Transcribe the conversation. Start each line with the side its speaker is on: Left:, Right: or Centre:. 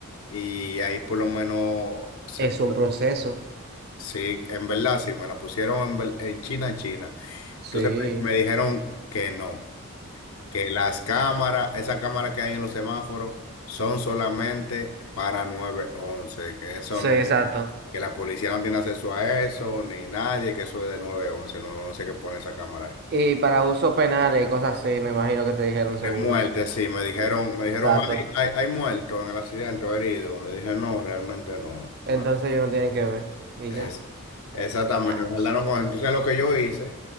Left: y ahí por lo menos se...
Right: Es un proceso.
Left: Sí, en verdad, sí, me la pusieron en, ver- en China, China.
Right: Sí.
Left: Entonces me me dijeron que no. que las cámaras, esas cámaras que hay en los semáforos, son solamente para nueve once, que eso
Right: Sí,
Left: no,
Right: exacto.
Left: que la policía no tiene acceso a eso, ni nadie, que eso es de nueve once nueve once que pone esa cámara ahí.
Right: Y para usos penales y cosas así, me imagino que te dijeron
Left: De
Right: seguro.
Left: muerte, sí, me dijeron, me dijeron,
Right: Exacto.
Left: hay, hay, hay muerto en el accidente o herido. Le dije, no, realmente no. no".
Right: Entonces ellos no tienen que ver. ¿Y
Left: Es,
Right: ya?
Left: exactamente,
Right: Ya.
Left: me
Right: ch-
Left: hablaron con-
Right: man.
Left: Entonces lo que yo hice,